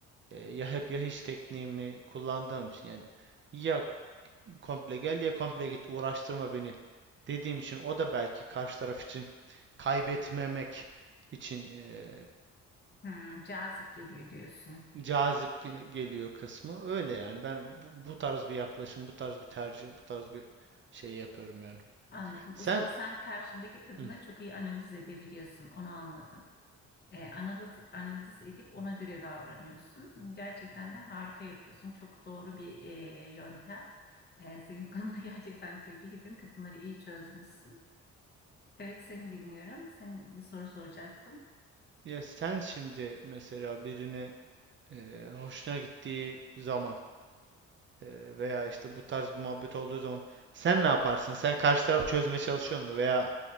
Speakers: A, on the right; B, on the left.
A: E, ya hep ya hiç tekniğimi kullandığım için yani ya komple gel ya komple git uğraştırma beni dediğim için o da belki karşı taraf için kaybetmemek için e,
B: Hmm, cazip geliyor diyorsun.
A: cazip ge- geliyor kısmı. Öyle yani ben bu, bu tarz bir yaklaşım, bu tarz bir tercih, bu tarz bir şey yapıyorum yani.
B: Anladım.
A: Sen
B: O zaman sen karşındaki kadını
A: Hı.
B: çok iyi analiz edebiliyorsun. Onu anladım. Ee, analiz, analiz edip ona göre davranıyorsun. Gerçekten de harika yapıyorsun. Çok doğru bir e, yöntem. Ee, senin <laughs> konuda gerçekten tebrik ediyorum. Kadınları iyi çözmüşsün. Evet seni dinliyorum. Senin bir soru soracaktın.
A: ya sen şimdi mesela birini e, hoşuna gittiği zaman Ee, veya işte bu tarz bir muhabbet olduğu zaman sen ne yaparsın? Sen karşı tarafı çözmeye çalışıyor mu? Veya